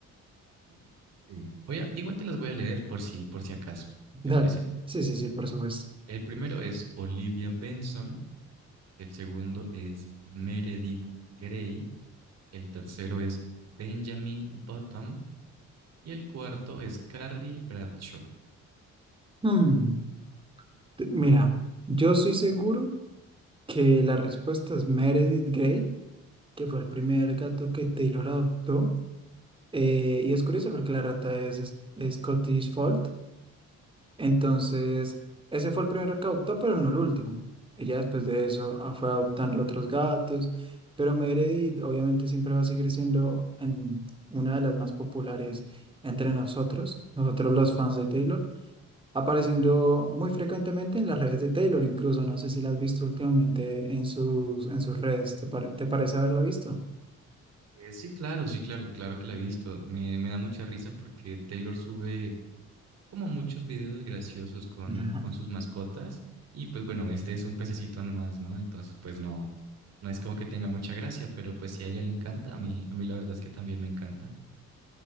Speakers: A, on the right (about 55°); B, on the right (about 15°).
A: Uf, ok. Voy a, igual te las voy a leer por si, por si acaso.
B: Dale.
A: ¿Te parece?
B: Sí, sí, sí, por supuesto.
A: El primero es Olivia Benson, el segundo es Meredith Grey, el tercero es Benjamin Bottom Y el cuarto es Carrie Bradshaw.
B: Hmm, t- Mira, yo estoy seguro que la respuesta es Meredith Grey que fue el primer gato que Taylor adoptó. Eh, y es curioso porque la rata es, es- es Scottish Fold. Entonces, ese fue el primero que adoptó, pero no el último. Ella después de eso ah, fue adoptando otros gatos, pero Meredith obviamente siempre va a seguir siendo en- una de las más populares entre nosotros, nosotros los fans de Taylor, apareciendo muy frecuentemente en las redes de Taylor, incluso no sé si la has visto últimamente en sus, en sus redes, ¿te, pare- te parece haberla visto?
A: Eh, sí, claro, sí, claro, claro que la he visto. Me, me da mucha risa porque Taylor sube como muchos videos graciosos con,
B: Ajá.
A: con sus mascotas. Y pues bueno, este es un pececito nomás, ¿no? Entonces, pues no, no es como que tenga mucha gracia, pero pues si a ella le encanta, a mí, a mí la verdad es que también me encanta.